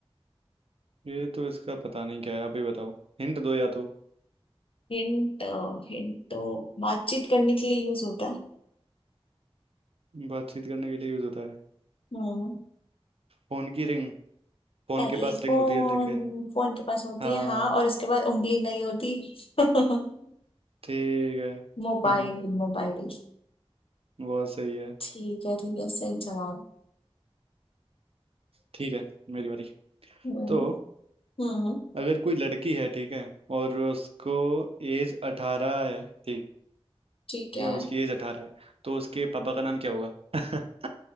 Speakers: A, on the right; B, on the left.
A: ये तो इसका पता नहीं क्या है आप ही बताओ हिंट दो या तो
B: हिंट हिंट तो बातचीत करने के लिए यूज होता है
A: बातचीत करने के लिए यूज होता है
B: हम्म
A: फोन की रिंग फोन
B: टेलीफोन
A: के पास रिंग होती है लेकिन
B: फोन के पास होती
A: हाँ
B: है हाँ और उसके बाद उंगली नहीं होती <laughs>
A: ठीक है
B: मोबाइल
A: <laughs>
B: मोबाइल
A: बहुत सही है
B: ठीक है ठीक है सही जवाब
A: ठीक है मेरी बारी
B: हम्म
A: तो
B: हम्म
A: अगर कोई लड़की है ठीक है और उसको एज अठारह है ठीक
B: ठीक
A: है
B: है,
A: उसकी एज अठारह है तो उसके पापा का नाम क्या होगा <laughs>